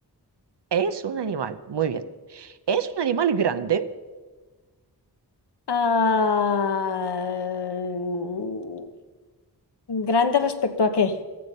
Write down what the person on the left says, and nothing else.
Ah, mm, ¿grande respecto a qué?